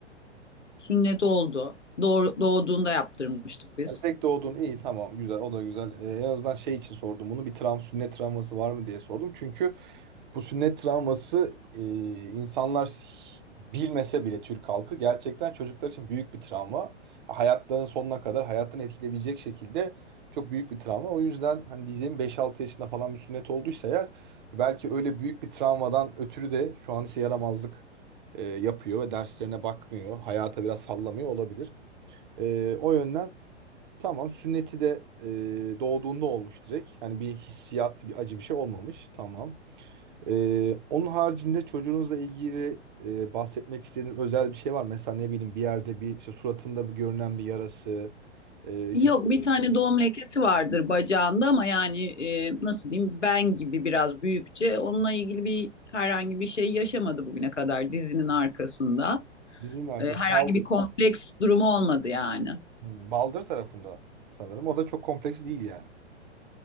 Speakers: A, on the left; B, on the right.
A: Sünnet oldu. Doğ- doğduğunda yaptırmıştık biz.
B: Tek doğdun iyi tamam güzel o da güzel. Ee, en azından şey için sordum bunu bir travma sünnet travması var mı diye sordum. Çünkü bu sünnet travması e, insanlar bilmese bile Türk halkı gerçekten çocuklar için büyük bir travma. Hayatlarının sonuna kadar hayatını etkileyebilecek şekilde çok büyük bir travma. O yüzden hani diyeceğim beş 6 yaşında falan bir sünnet olduysa eğer belki öyle büyük bir travmadan ötürü de şu an işe yaramazlık e, yapıyor ve derslerine bakmıyor. Hayata biraz sallamıyor olabilir. E, o yönden Tamam sünneti de e, doğduğunda olmuş direkt. Hani bir hissiyat, bir acı bir şey olmamış. Tamam. E, onun haricinde çocuğunuzla ilgili e, bahsetmek istediğiniz özel bir şey var mı? Mesela ne bileyim bir yerde bir işte suratında bir görünen bir yarası. E, işte
A: Yok bir tane doğum lekesi vardır bacağında ama yani e, nasıl diyeyim ben gibi biraz büyükçe onunla ilgili bir herhangi bir şey yaşamadı bugüne kadar dizinin arkasında.
B: dizinin arkası.
A: E, herhangi
B: Bal,
A: bir kompleks durumu olmadı yani.
B: Hmm, baldır tarafında sanırım. O da çok kompleks değil yani.